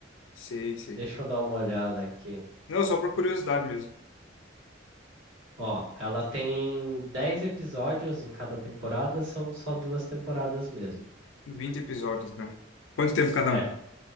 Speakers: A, on the left (about 85°); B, on the right (about 85°).
A: Sei, sei.
B: Deixa eu dar uma olhada aqui.
A: Não, só por curiosidade mesmo.
B: Ó, ela tem 10 episódios em cada temporada, são só duas temporadas mesmo.
A: vinte episódios, não. Quanto tempo cada
B: É,
A: um,